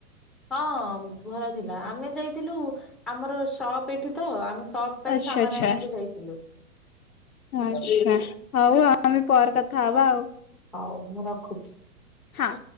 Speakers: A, in the centre; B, on the left.
A: ହଁ ଭଲ ଥିଲା ଆମେ ଯାଇଥିଲୁ ଆମର ସପ ଏଠି ତ ଆମେ ସପ୍ ପାଇଁ
B: ଆଛା
A: ସାମାନ
B: ଆଛା।
A: ଆଣିବାକୁ ଯାଇଥିଲୁ।
B: ଆଛା ହଉ ଆଉ ଆମେ ପର କଥା ହବା ଆଉ।
A: ହଉ ମୁଁ ରଖୁଛି।
B: ହଁ